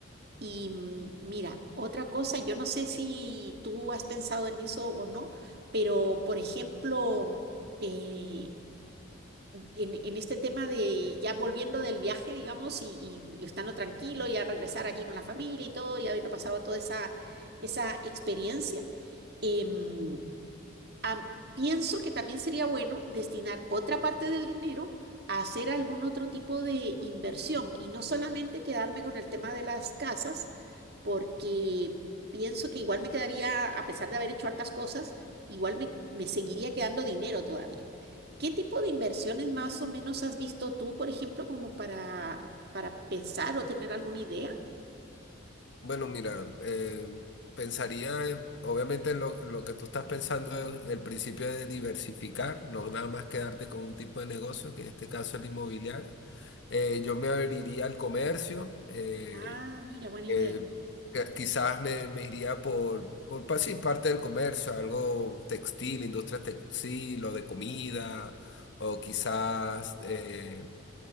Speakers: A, on the right; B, on the left.
A: Y mm, mira, otra cosa, yo no sé si tú has pensado en eso o no, pero por ejemplo, eh, en, en este tema de ya volviendo del viaje, digamos, y, y estando tranquilo, ya regresar aquí con la familia y todo, y habiendo pasado toda esa, esa experiencia, em, Am- pienso que también sería bueno destinar otra parte del dinero a hacer algún otro tipo de inversión y no solamente quedarme con el tema de las casas, porque pienso que igual me quedaría, a pesar de haber hecho hartas cosas, igual me, me seguiría quedando dinero todavía. ¿Qué tipo de inversiones más o menos has visto tú, por ejemplo, como para, para pensar o tener alguna idea?
B: Bueno, mira, eh, pensaría eh, obviamente en lo, en lo que tú estás pensando, el, el principio de diversificar, no nada más quedarte con un tipo de negocio, que en este caso es el inmobiliario. Eh, yo me abriría al comercio, eh,
A: Ah, mira, buena
B: eh,
A: idea.
B: que- quizás me, me iría por, por pa- sí, parte del comercio, algo textil, industria textil o de comida, o quizás eh,